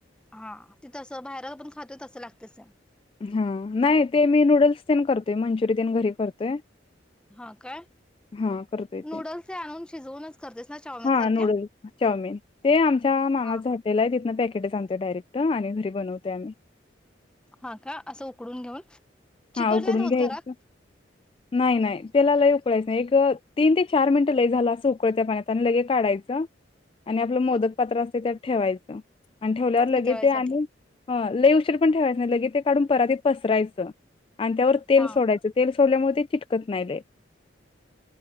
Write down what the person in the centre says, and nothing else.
हा. ते तसं बाहेर आपण खातो तसं लागतय सेम.
हा काय?
नूडल्स
हे आणून शिजवूनच. करतेस ना चाऊमिन
सारख्या?
हा हा.
हा का असं उकडून घेऊन. चिकट
नाहीत होत
घरात
नितळायसाठी.
हा